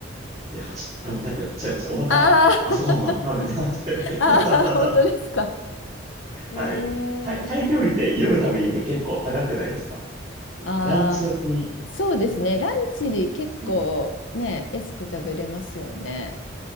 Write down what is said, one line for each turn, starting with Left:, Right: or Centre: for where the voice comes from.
Right: いや、ちょっと食べたくなっちゃいました。お腹、
Left: あ
Right: 朝ごはんまだ食べてなくて
Left: あ、
Right: <laughs>
Left: <laughs> ああ、本当ですか。えー、
Right: はい。タイ、タイ料理って夜食べに行くの結構高くないですか
Left: ああ、
Right: ランチ時に、
Left: そうですね。ランチに結構ね、
Right: うん。
Left: 安く食べれますよね。